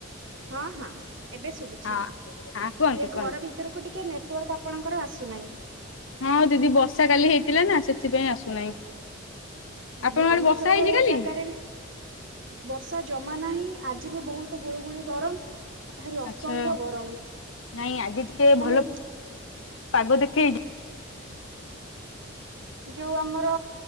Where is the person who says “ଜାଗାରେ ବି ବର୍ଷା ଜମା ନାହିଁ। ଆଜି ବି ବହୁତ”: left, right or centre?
Right